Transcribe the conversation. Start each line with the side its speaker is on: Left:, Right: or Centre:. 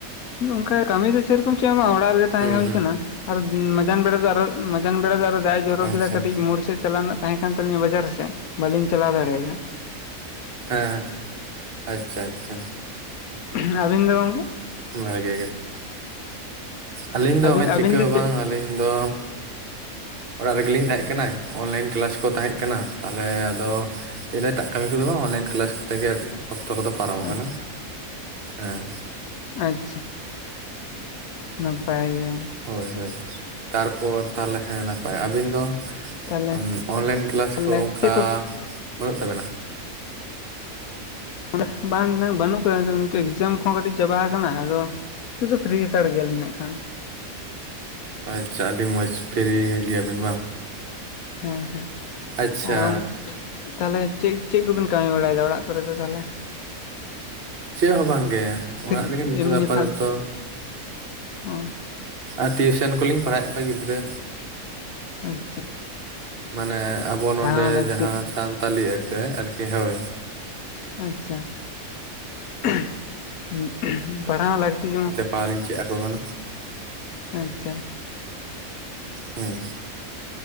Left: ᱜᱚᱝᱠᱮ ᱠᱟᱹᱢᱤ ᱫᱚ ᱥᱟᱹᱭ ᱨᱚᱠᱚᱢ ᱪᱮᱜ ᱦᱚᱸᱵᱟᱝᱼᱟ, ᱚᱲᱟᱜ ᱨᱮᱜᱮᱼᱼ ᱛᱟᱦᱮᱸ
Right: ᱦᱩᱸ
Left: ᱦᱩᱭ
Right: ᱦᱩᱸ
Left: ᱠᱟᱱᱟ ᱟᱨ ᱢᱟᱸᱡᱟᱱ ᱵᱮᱲᱟ ᱫᱚ ᱟᱨᱚ ᱢᱟᱸᱡᱟᱱ ᱵᱮᱲᱟ ᱫᱚ ᱟᱨᱚ ᱫᱟᱜᱼᱮ ᱡᱚᱨᱚ
Right: ᱟᱪᱪᱷᱟ
Left: ᱠᱮᱫᱟ ᱠᱟᱹᱴᱤᱡ ᱢᱩᱲ ᱥᱮᱫᱼᱼ ᱪᱟᱞᱟᱣ ᱨᱮᱱᱟᱜ ᱛᱟᱦᱮᱸ ᱠᱟᱱ ᱛᱟᱹᱞᱤᱧᱟ ᱵᱟᱡᱟᱨ ᱥᱮᱫ, ᱵᱟᱹᱞᱤᱧ ᱪᱟᱞᱟᱣ ᱫᱟᱲᱮ ᱭᱟᱫᱟᱜᱼᱟ᱾
Right: ᱦᱮᱸ ᱦᱮᱸ ᱟᱪᱪᱷᱟ ᱟᱪᱪᱷᱟ।
Left: <unintelligible> ᱟᱹᱵᱤᱱ ᱫᱚ ᱜᱚᱝᱠᱮ?
Right: ᱵᱷᱟᱜᱮ ᱜᱮ, ᱟᱹᱞᱤᱧ ᱫᱚ
Left: ᱟᱹᱵᱤᱱ
Right: ᱦᱚᱸᱜᱼᱚᱭ
Left: ᱟᱹᱵᱤᱱ
Right: ᱪᱤᱠᱟᱹ
Left: ᱫᱚ
Right: ᱦᱚᱸᱵᱟᱝ
Left: ᱪᱮᱫ
Right: ᱟᱹᱞᱤᱧ ᱫᱚᱼᱼ ᱚᱲᱟᱜ ᱨᱮᱜᱮᱞᱤᱧ ᱛᱟᱦᱮᱸᱜ ᱠᱟᱱᱟᱭ ᱚᱱᱞᱟᱹᱭᱤᱱ ᱠᱮᱞᱟᱥ ᱠᱚ ᱛᱟᱦᱮᱸᱜ ᱠᱟᱱᱟ, ᱛᱟᱦᱮᱞᱮ ᱟᱫᱚᱼᱼ ᱛᱮᱦᱮᱧ ᱫᱚ ᱮᱴᱟᱜ ᱠᱟᱹᱢᱤ ᱠᱚᱫᱚ ᱵᱟᱝᱼᱟ, ᱚᱱᱞᱟᱹᱭᱤᱱ ᱠᱮᱞᱟᱥ ᱠᱚᱛᱮ ᱜᱮ, ᱚᱠᱛᱚ ᱠᱚᱫᱚ ᱯᱟᱨᱚᱢ ᱟᱠᱟᱱᱟ,
Left: ᱟᱪᱪᱷᱟ
Right: ᱦᱮᱸ।
Left: ᱟᱪᱪᱷᱟ, ᱱᱟᱯᱟᱭ ᱜᱮᱭᱟᱢ᱾
Right: ᱦᱳᱭ ᱦᱳᱭ ᱛᱟᱨᱯᱚᱨ ᱛᱟᱦᱚᱞᱮ ᱦᱮᱸ ᱱᱟᱯᱟᱭ, ᱟᱵᱤᱱ ᱫᱚ?
Left: ᱛᱟᱦᱚᱞᱮ
Right: ᱟᱩᱸᱻ ᱚᱱᱞᱟᱹᱭᱤᱱ ᱠᱮᱞᱟᱥ
Left: ᱛᱟᱦᱚᱞᱮ
Right: ᱠᱚ ᱚᱸᱠᱟ
Left: ᱪᱮᱫ ᱠᱚ
Right: ᱵᱟᱹᱱᱩᱜ ᱛᱟᱵᱮᱱᱟ?
Left: <unintelligible> ᱵᱟᱝ ᱱᱟᱭ ᱵᱟᱹᱱᱩᱜ ᱠᱚᱣᱟ <unintelligible> ᱜᱚᱝᱠᱮ ᱮᱠᱡᱟᱢ ᱠᱚᱦᱚᱸ ᱠᱟᱹᱴᱤᱡ ᱪᱟᱵᱟ ᱦᱟᱠᱟᱱᱟ ᱟᱫᱚᱼᱼ ᱛᱚᱜ ᱫᱚ ᱯᱷᱤᱨᱤ ᱦᱟᱛᱟᱲ ᱜᱮᱭᱟᱞᱤᱧ ᱱᱟᱹᱜ ᱠᱷᱟᱱ।
Right: ᱟᱪᱪᱷᱟ ᱟᱹᱰᱤ ᱢᱚᱸᱡᱽ ᱯᱷᱮᱨᱤ ᱦᱮᱜᱮᱭᱟᱵᱤᱱ ᱵᱟᱝ।
Left: ᱦᱮᱸ ᱦᱮᱸ
Right: ᱟᱪᱪᱷᱟ
Left: ᱟᱨ ᱜᱚᱝᱼᱼ ᱛᱟᱦᱮᱞᱮ ᱪᱮᱫ ᱪᱮᱫ ᱠᱚᱵᱤᱱ ᱠᱟᱹᱢᱤ ᱵᱟᱲᱟᱭᱮᱫᱟ ᱚᱲᱟᱜ ᱠᱚᱨᱮ ᱫᱚ ᱛᱟᱦᱮᱞᱮ?
Right: ᱪᱮᱜ ᱦᱚᱸ ᱵᱟᱝ ᱜᱮ,
Left: ᱯᱷᱤᱨ
Right: ᱚᱲᱟᱜ ᱨᱮᱜᱮ ᱱᱤᱛᱚᱜ
Left: ᱮᱢᱱᱤ
Right: ᱫᱚ ᱟᱯᱟ
Left: ᱯᱷᱟᱸᱠ
Right: ᱫᱚᱛᱚ।
Left: ᱚ
Right: ᱟᱨ ᱴᱤᱭᱩᱥᱮᱱ ᱠᱚᱞᱤᱧ ᱯᱟᱲᱦᱟᱣᱮᱜ ᱠᱚᱣᱟ ᱜᱤᱫᱽᱨᱟᱹ।
Left: ᱟᱪᱪᱷᱟ।
Right: ᱢᱟᱱᱮ ᱟᱵᱚ ᱱᱚᱸᱰᱮ
Left: ᱯᱟᱲᱦᱟᱣ ᱦᱚᱸ ᱞᱟᱹᱠᱛᱤ
Right: ᱡᱟᱦᱟᱸ ᱥᱟᱱᱛᱟᱞᱤ ᱤᱭᱟᱹᱛᱮ ᱟᱨᱠᱤ ᱦᱳᱭ।
Left: ᱟᱪᱪᱷᱟ, ᱟ <unintelligible> ᱯᱟᱲᱦᱟᱣ ᱞᱟᱹᱠᱛᱤ ᱡᱚᱸᱬᱚᱼᱼ
Right: ᱯᱟ ᱞᱤᱧ ᱪᱮᱜ ᱟᱠᱚ ᱠᱟᱱᱟ।
Left: ᱟᱪᱪᱷᱟ।
Right: ᱦᱩᱸ